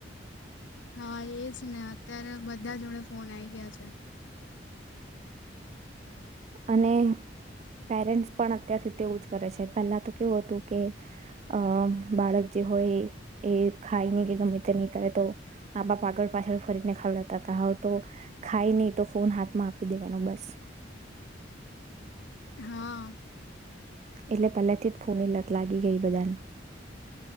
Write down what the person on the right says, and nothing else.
અને પેરેન્ટ્સ પણ અત્યારથી તેવું જ કરે છે, પહેલા તો કેવું હતું કે અ બાળક જે હોય એ ખાય નહી કે ગમે તે નહી કરે તો મા બાપ આગળ પાછળ ફરીને ખવડતા ત હો તો ખાય નહી તો ફોન હાથમાં આપી દેવાનો બસ.
એટલે પહેલેથી જ ફૂની લક લાગી ગઈ બધાને.